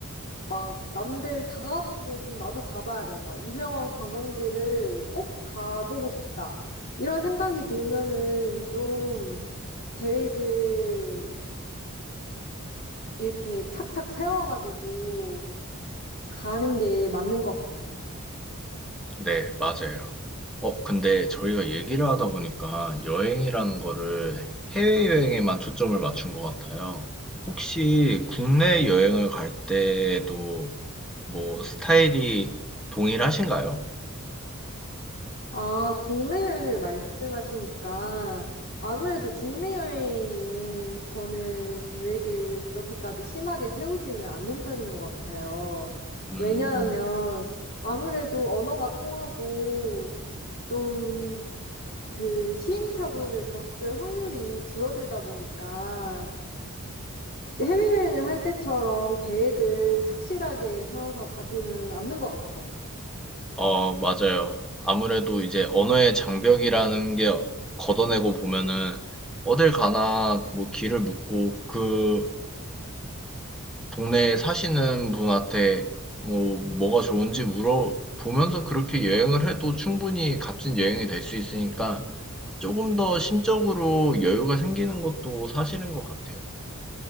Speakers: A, on the left; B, in the centre.
A: 막 남들 다 가본 곳은 나도 가봐야 된다. 유명한 관광지를 꼭 가보고 싶다. 이런 생각이 들면은 좀 계획을 이렇게 착착 세워가지고 가는 게 맞는 것 같아요.
B: 네, 맞아요. 어, 근데 저희가 얘기를 하다 보니까 여행이라는 거를 해외여행에만 초점을 맞춘 것 같아요. 혹시 국내 여행을 갈 때도 뭐 스타일이 동일하신가요?
A: 아, 국내 여행을 말씀하시니까 아무래도 국내 여행은 저는 계획을 그렇게까지 심하게 세우지는 않는 편인 것 같아요.
B: 음,
A: 왜냐하면 아무래도 언어가 통하고 좀 그 시행착오를 겪을 확률이 줄어들다 보니까 해외여행을 할 때처럼 계획을 착실하게 세워서 가지는 않는 것 같아요.
B: 어, 맞아요. 아무래도 이제 언어의 장벽이라는 게 걷어내고 보면은 어딜 가나 뭐 길을 묻고 그 동네에 사시는 분한테 뭐 뭐가 좋은지 물어보면서 그렇게 여행을 해도 충분히 값진 여행이 될 수 있으니까 조금 더 심적으로 여유가 생기는 것도 사실인 것 같아요.